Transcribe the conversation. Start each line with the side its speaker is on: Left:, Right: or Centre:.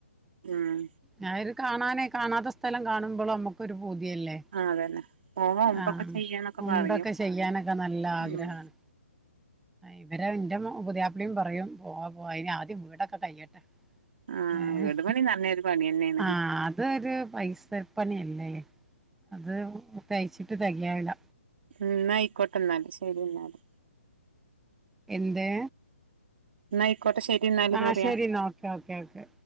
Right: ഉം
Centre: ഞാനൊരു കാണാനെ കാണാത്ത സ്ഥലം കാണുമ്പളും നമ്മക്കൊരു പൂതിയെല്ലേ
Right: ആ അതന്നെ പോവുമ്പോ ഒമ്പൊക്കെ
Centre: ആഹ്
Right: ചെയ്യാന്നൊക്കെ
Centre: ഉംറക്കെ
Right: പറയും
Centre: ചെയ്യാനൊക്കെ നല്ല ആഗ്രഹാണ്
Right: ഉം
Centre: ഇവര് എന്റെ മു പുതിയാപ്ലേം പറയും പോവാ പോവാ അയിന് ആദ്യം ഇവിടൊക്കെ കയ്യട്ടെ
Right: ആ
Centre: ഏഹ്
Right: വീട് പണി നല്ലൊരു പണി തന്നെയാണ്
Centre: ആഹ് അതൊരു പൈസപണിയല്ലേ അത് ഉം തയ്ച്ചിട്ട് തെകയാവില്ല
Right: ഉം എന്നായിക്കോട്ടെ എന്നാല് ശരിന്നാല്
Centre: എന്തേ
Right: ന്നായിക്കോട്ടെ ശെരിന്നാല്ന്നറിയാ
Centre: ആഹ് ശരി എന്നാ ഓക്കെ ഓക്കെ